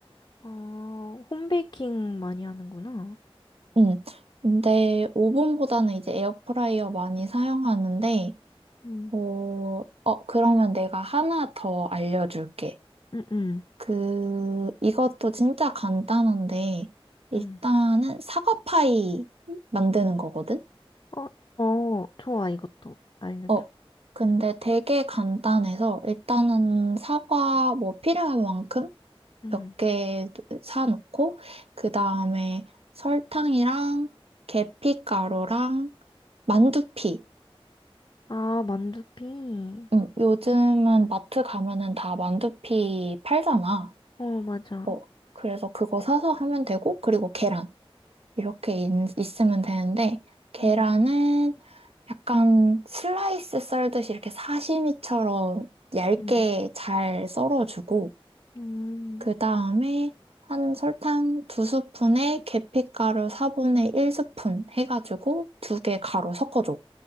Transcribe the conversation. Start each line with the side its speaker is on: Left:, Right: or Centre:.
Left: 어, 홈베이킹 많이 하는구나.
Right: 음. 근데 오븐보다는 이제 에어프라이어 많이 사용하는데,
Left: 음,
Right: 어, 어, 그러면 내가 하나 더 알려줄게.
Left: 음, 음,
Right: 그, 이것도 진짜 간단한데, 일단은
Left: 음.
Right: 사과파이 만드는 거거든?
Left: 어, 어, 좋아, 이것도 알려줘.
Right: 어, 근데 되게 간단해서, 일단은 사과 뭐 필요한 만큼
Left: 음.
Right: 몇 개 사놓고, 그 다음에 설탕이랑 계피가루랑 만두피.
Left: 아, 만두피.
Right: 음, 요즘은 마트 가면은 다 만두피 팔잖아.
Left: 어, 맞아.
Right: 어, 그래서 그거 사서 하면 되고, 그리고 계란. 이렇게 있, 있으면 되는데, 계란은
Left: 음,
Right: 약간 슬라이스 썰듯이 이렇게 사시미처럼 얇게
Left: 음,
Right: 잘 썰어주고,
Left: 음,
Right: 그 다음에 한 설탕 두 스푼에 계피가루 4분의 1 스푼 해가지고 두 개 가루 섞어줘.